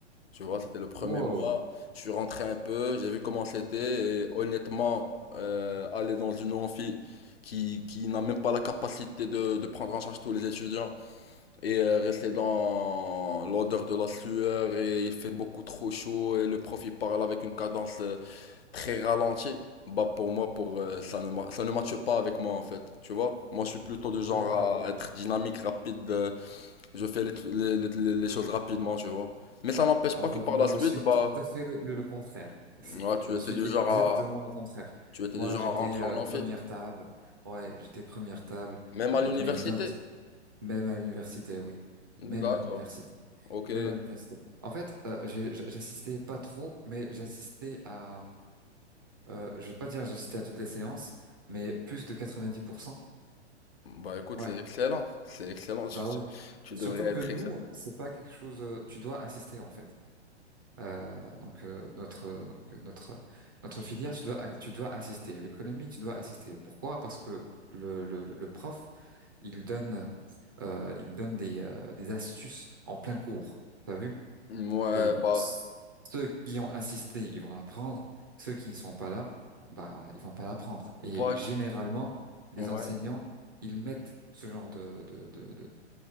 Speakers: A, on the left; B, on the right.
A: Tu vois, c'était le premier
B: Wow,
A: mois. Je suis rentré un peu, j'ai vu comment c'était. Et honnêtement, euh, aller dans une amphi qui, qui n'a même pas la capacité de, de prendre en charge tous les étudiants et euh, rester dans l'odeur de la sueur et il fait beaucoup trop chaud et le prof il parle avec une cadence euh, très ralentie. Bah pour moi, pour euh, ça ne ma- ça ne matche pas avec moi en fait. Tu vois, moi je suis plutôt du genre
B: d'accord.
A: à être dynamique, rapide. euh, je fais les, tru- les, les- les les choses rapidement, tu vois. Mais ça n'empêche pas
B: En fait,
A: que par
B: moi,
A: la suite,
B: je suis tout
A: bah,
B: à fait le, le, le contraire. C'est-
A: ouais,
B: Je
A: tu étais
B: suis
A: du
B: exactement
A: genre à,
B: le contraire.
A: tu étais
B: Moi,
A: du genre
B: j'étais
A: à rentrer
B: euh,
A: en amphi.
B: première table. Ouais, j'étais première table
A: Même
B: avec
A: à l'université.
B: mes notes, même à l'université, oui.
A: D'accord.
B: Même à l'université.
A: Ok.
B: Même à l'université. En fait, euh, j'ai- j'- j'assistais pas trop, mais j'assistais à... Euh, je vais pas dire j'assistais à toutes les séances, mais plus de 90%.
A: Bah, écoute,
B: Ouais,
A: c'est excellent. C'est excellent.
B: bah
A: <laughs> Tu,
B: oui.
A: tu-
B: Surtout
A: devrais être
B: que nous,
A: excellent.
B: c'est pas quelque chose... euh, tu dois assister, en fait. Euh, donc euh, notre donc euh, notre notre filière, tu dois tu dois assister. L'économie, tu dois assister. Pourquoi? Parce que le le, le prof, il donne euh, il donne des euh, des astuces en plein cours. T'as vu?
A: Ouais,
B: Et
A: bah,
B: ceux qui ont assisté, ils vont l'apprendre. Ceux qui ne sont pas là, bah ils vont pas l'apprendre. Et
A: bah,
B: généralement,
A: écou-
B: les
A: ouais.
B: enseignants, ils mettent ce genre de de de, de-